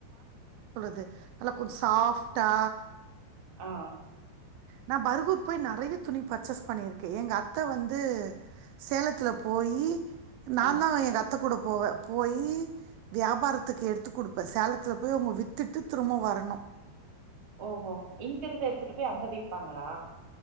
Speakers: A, on the right; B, on the right.
A: து நல்லா கொ சாஃப்டா
B: ஆ
A: நா பருகூர் போய் நெறைய துணி பர்ச்சேஸ் பண்ணிருக்கே எங்க அத்த வந்து சேலத்துல போயி நாந்தா
B: ஆ
A: எங்க அத்த கூட போவ போயி வியாபாரத்துக்கு எடுத்து குடுப்பே சேலத்துல போய் அவுங்க வித்துட்டு திரும்ப வரணு
B: ஓஹோ இங்கருக்கத எடுத்துட்டு போய் அங்க விப்பாங்களா